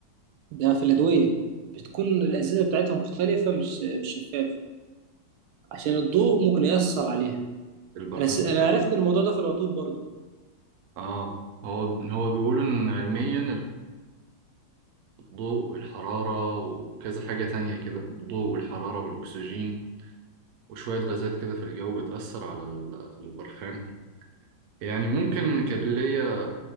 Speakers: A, on the right; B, on the right.
A: ده في الأدوية بتكون الأزازة بتاعتها مختلفة مش مش شفافة عشان الضوء ممكن يأثر عليها
B: البرفان
A: أنا س... أنا عرفت إن الموضوع ده في العطور برضه
B: اه هو هو بيقولوا ان علميا ضوء والحرارة وكذا حاجة تانية كده الضوء والحرارة والأكسجين وشوية غازات كده في الجو بتأثر على ال- على البرفان يعني ممكن كان ليا